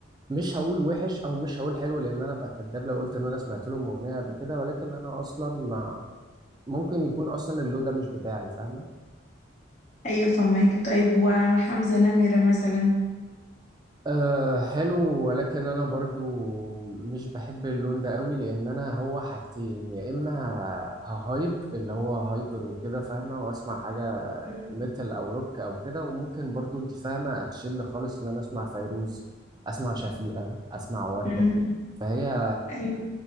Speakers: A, on the right; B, on the left.
A: مش هقول وحش او مش هقول حلو لان انا ابقى كداب لو قلت ان انا سمعت لهم اغنيه قبل كده ولكن انا اصلا ما ممكن يكون اصلا اللون ده مش بتاعي فاهمه
B: ايوه فهمك طيب وحمزة نمرة مثلا
A: أه حلو ولكن انا برضو مش بحب اللون ده قوي لان انا هو حاجتين يا اما ههايب اللي هو هايبر وكده فاهمه واسمع حاجه
B: مم.
A: ميتال او روك او كده وممكن برضو انت فاهمه اتشل خالص ان انا اسمع فيروز اسمع شفيقه اسمع ورده
B: مم.
A: فهي
B: ايوه